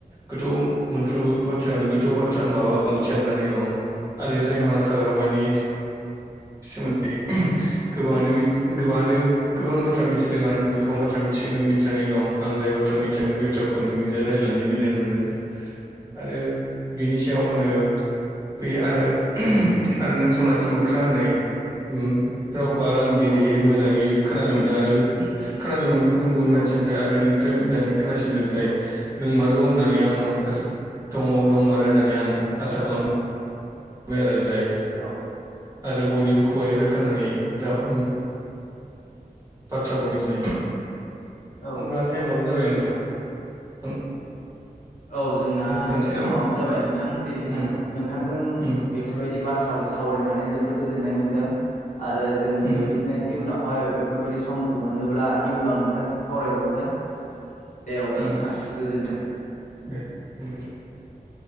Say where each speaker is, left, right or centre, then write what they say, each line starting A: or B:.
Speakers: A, on the right; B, on the left.
A: गोथौ मोनफ्रोमबो बाथ्रायावनो गोथौ बाथ्रा माबा ओंथिाबनानै दं आरो जाय
B: औ
A: मानास हाग्रामानि
B: <inaudible>
A: सोमोन्दै गोबाङानो मिथि गोबाङानो गोबां बाथ्रा मिथिदों आरो नोंबो गोबां बाथ्रा मिथिदों मिथिनानै दं आं जाय बाथ्रा मिथि बेफोरखौ निजों रायायनानै मिथिनाय मोनदों आरो मोनो बे आरो आरो नों सनाथि मोख्रा होननाय ओमम रावखौ आरो आं दिनैह
B: औ औ
A: मोजाङै खोनानो मोनदों आरो खोनादोंमोन गुबुन गुबुन
B: औ
A: मानसिनिफ्राय आरो नों मोजाङै खोनासिंदों जायो
B: औ
A: नोंमारगौ होननानै आं
B: औ
A: आसा दङ दंमारो होननानै आं आसा खालामो बे आरो जाय
B: औ
A: आरो बयनिबो खुगानिफ्राय खोनानानै राव बाथ्राखौ मिथिनाय होनबा
B: औ
A: टाइमाबो जाबाय नोंथां
B: औ जोंना
A: दोनसै
B: समाबो
A: नामा
B: जाबाय नोंथां दिनै
A: उम
B: ना नोंथांजों
A: उम
B: बेफोरबायदि बाथ्रा बाथ्राखौ सावरायनानै जोबोर गोजोननाय मोनदों आरो जों
A: उम
B: बेबायदिनो इयुनाव बेावहाय बेफोरबायाददि समखौ मोनोब्ला इयुनाव नोंथां सावरायबावगोन दे अब्ला
A: उम
B: नोंथां गोजोन्थों
A: <inaudible>